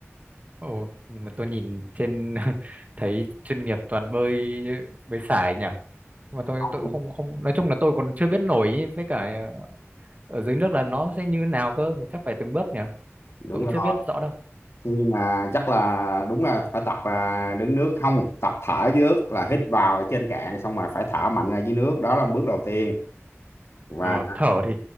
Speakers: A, on the right; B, on the left.
A: Ồ, nhưng mà tôi nhìn trên <laughs> thấy chuyên nghiệp toàn bơi bơi sải nhỉ. Nhưng mà tôi
B: Không,
A: tôi cũng không không nói chung là tôi còn chưa biết nổi ý, với cả ờ, ở dưới nước là nó sẽ như thế nào cơ, chắc phải từng bước nhỉ.
B: đúng
A: Tôi cũng
B: rồi
A: chưa biết rõ đâu.
B: nhưng mà chắc là đúng là phải tập à, đứng nước không tập thở dưới nước là hít vào ở trên cạn xong rồi phải thở mạnh ra dưới nước đó là bước đầu tiên và
A: Ờ, thở thì